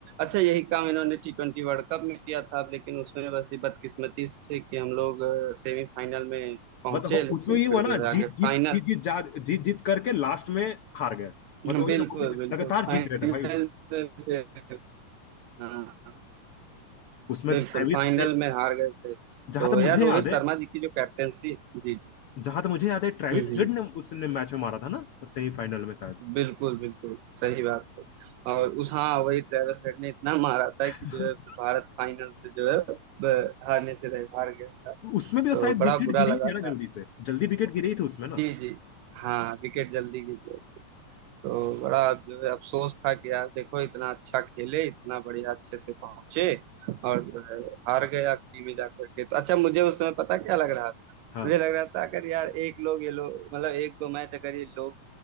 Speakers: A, on the right (about 80°); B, on the left (about 75°).
A: अच्छा यही काम इन्होंने टी ट्वेंटी वर्ल्ड कप में किया था लेकिन उसमें बस ये बदकिस्मती से कि हम लोग सेमीफाइनल में पहुंचे
B: मतलब हो-
A: लेकिन
B: उसमें ये हुआ
A: फिर
B: ना
A: जो है आगे
B: जीत जीत
A: फाइनल
B: जीत जीत जा जीत जीत करके लास्ट में हार गए मतलब
A: हाँ,
B: वही
A: बिल्कुल
B: ना वो भी
A: बिल्कुल
B: लगातार
A: फाइनल
B: जीत रहे थे भाई उसमें
A: में फिर हाँ
B: उसमें
A: बिल्कुल
B: ट्रेविस
A: फाइनल में हार गए थे तो
B: जहां तक
A: यार
B: मुझे
A: रोहित
B: याद
A: शर्मा
B: है
A: जी की जो कैप्टेंसी जी जी
B: जहां तक मुझे याद है ट्रेविस
A: हम्म हम्म
B: हेड ने उसने मैच में मारा था ना सेमीफाइनल में शायद
A: बिल्कुल बिल्कुल सही बात है और उस हाँ वही ट्रेविस हेड ने इतना मारा था
B: <laughs>
A: कि जो है फिर भारत फाइनल से जो है ब- हारने से रह हार गया था
B: उसमें भी तो
A: तो
B: शायद
A: बड़ा
B: विकेट
A: बुरा
B: गिरी
A: लगा
B: थी
A: था
B: ना जल्दी से जल्दी विकेट गिरी थी उसमें ना
A: जी जी हाँ विकेट जल्दी गिर गए तो बड़ा जो है अफसोस था कि यार देखो इतना अच्छा खेले इतना बढ़िया अच्छे से पहुंचे और जो है हार गए आखिरी में जाकर के तो अच्छा मुझे उस समय पता क्या लग रहा था
B: हाँ
A: मुझे लग रहा था अगर यार एक लोग ये लोग मतलब एक दो मैच अगर ये लोग